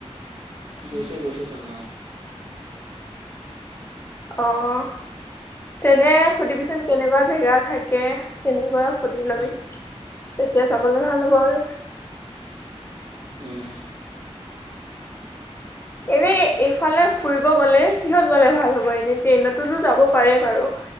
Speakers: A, on the right; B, on the left.
A: গৈছে গৈছে চবে অঁ।
B: অঁ তেনে সুধিবিচোন, কেনেকুৱা জেগা থাকে কেনেকুৱা? সুধিলবি।
A: উম
B: তেতিয়া যাবলে ভাল হ'ব আৰু।
A: উম'।
B: এনেই এইফালে ফুৰিব গ'লে কিহত গ'লে ভাল হ'ব? এনেই ট্ৰেইনতোতো যাব পাৰে বাৰু।